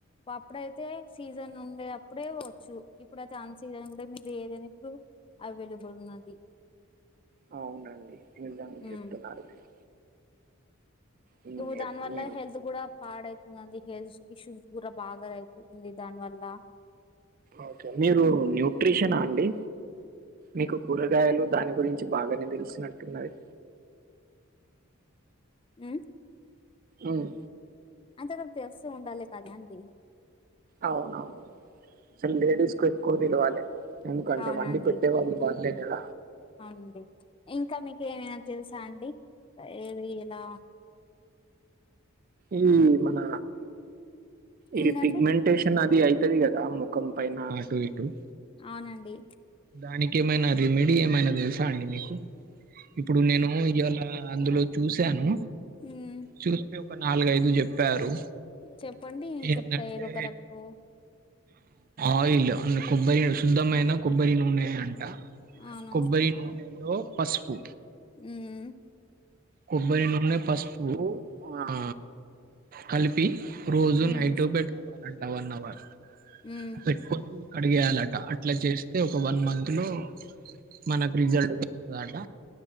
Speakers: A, on the left (about 25°); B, on the right (about 45°).
A: అప్పుడైతే సీజన్ ఉండే అప్పుడే వచ్చు ఇప్పుడు అది అన్సీజన్ కూడా మీరు ఏదైనప్పుడు అవైలబుల్ ఉన్నది
B: అవునండి నిజంగా
A: ఉమ్.
B: చెప్తున్నారు మీరు హ్మ్.
A: ఇప్పుడు దాని
B: ఎప్
A: వల్ల
B: మీరు
A: హెల్త్ కూడా పాడవుతుంది అందుకే హెల్త్ ఇష్యూస్ కూర బాగా అయ్తుంది దాని వల్ల
B: ఓకే మీరు న్యూట్రిషనా అండి మీకు కూరగాయలు దాని గురించి బాగానే తెలుసినట్టున్నది
A: ఉమ్
B: ఉమ్
A: అంతవరకు తెస్తూ ఉండాలి కదా అండి
B: అవునవును అసల్ లేడీస్ కు ఎక్కువ తెలవాలి ఎందుకంటే
A: అవునండి
B: వండి పెట్టే వాళ్ళు వాల్లే కద
A: అవునండి ఇంకా మీకు ఏమనా తెలుసా అండి ఏది ఇలా
B: ఈ మన ఇది
A: ఏందండి
B: పిగ్మెంటేషన్ అది అయి ఉంటది కదా ముఖం పైన అటు ఇటు
A: అవునండి
B: దానికి ఏమైనా రిమిడి ఏమైన తెల్స అండి మీకు ఇప్పుడు నేను ఇవాళ అందులో చూసాను
A: ఉమ్.
B: చూస్తే ఒక నాలుగైదు చెప్పారు
A: చెప్పండి
B: ఏంటంటే
A: చెప్తా ఏదో కరెక్ట్
B: ఆయిల్ కొబ్బరి శుద్ధమైన కొబ్బరి నూనె అంట
A: అవును
B: కొబ్బరి నూనెలో పసుపు
A: ఉమ్
B: కొబ్బరి నూనె పసుపు ఆ కలిపి రోజు
A: ఉమ్
B: నైట్ పెట్టుకోవాలంట వన్ అవర్
A: ఉమ్
B: పెట్టుకొని కడిగేయాలట అట్లా చేస్తే ఒక వన్ మంత్ లో మనకు రిజల్ట్ వస్తుందట